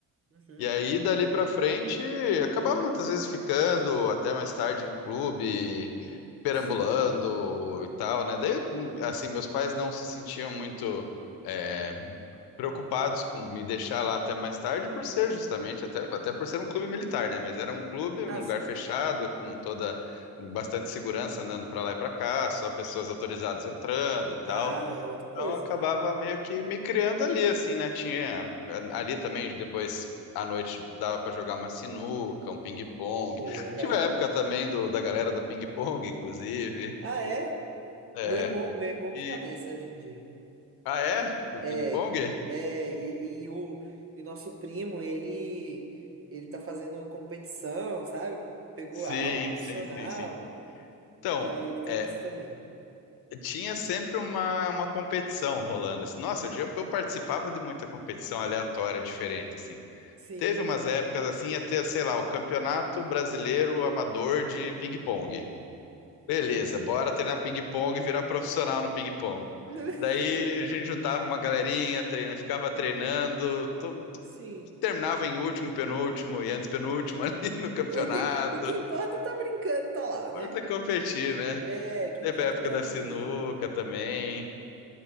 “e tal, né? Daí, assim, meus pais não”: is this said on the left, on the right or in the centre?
Left